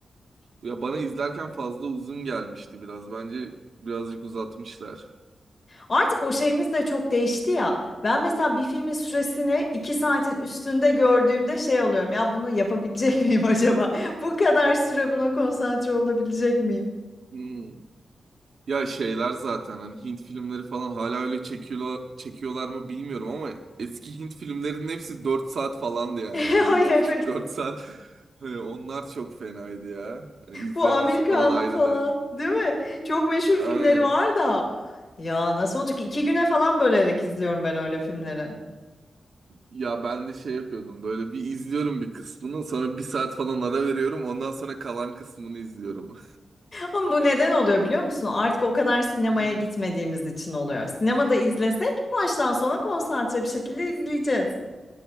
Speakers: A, on the right (about 65°); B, on the left (about 40°).
A: Ya bana izlerken fazla uzun gelmişti biraz. Bence birazcık uzatmışlar.
B: Artık o şeyimiz de çok değişti ya. Ben mesela bir filmin süresini iki saatin üstünde gördüğümde şey oluyorum. Ya bunu yapabilecek miyim acaba? <laughs> Bu kadar süre buna konsantre olabilecek miyim?
A: Hı-hı. Ya şeyler zaten hani Hint filmleri falan hala öyle çekiyorlar, çekiyorlar mı bilmiyorum ama eski Hint filmlerinin hepsi 4 saat falandı yani
B: <laughs>
A: böyle üç
B: Ay evet.
A: buçuk dört saat. <laughs> Hani onlar çok fenaydı ya. Hani izlemesi
B: Bu Amir
A: falan ayrı
B: falan,
A: der.
B: değil mi? Çok meşhur
A: Aynen.
B: filmleri var da. Ya nasıl olacak? ki? İki güne falan bölerek izliyorum ben öyle filmleri.
A: Ya ben de şey yapıyordum böyle bir izliyorum bir kısmını sonra bir saat falan ara veriyorum ondan sonra kalan kısmını izliyorum.
B: Ama bu neden oluyor biliyor musun? Artık o kadar sinemaya
A: <laughs> Hı.
B: gitmediğimiz için oluyor. Sinemada izlesek baştan sona konsantre bir şekilde izleyeceğiz.